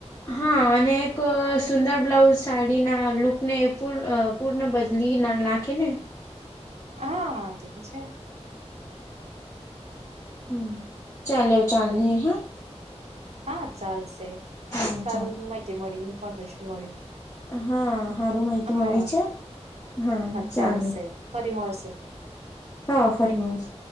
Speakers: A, on the left (about 20°); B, on the right (about 65°).
A: હા અને એક સુંદર બ્લાઉઝ સાડીના લુક ને એ પૂર પૂર્ણ બદલી ના લખેને
B: હાતી તો છે
A: હમ ચાલો ચાલે હા
B: હા ચાલશે
A: હા
B: સારું
A: ચાલે
B: માહિતી મળી ઇન્ફોર્મેશન મળી
A: હા સારું માહિતી મળી
B: હા
A: છે હા ચાલે
B: ચાલશે ફરી મળશું
A: હા ફરીસ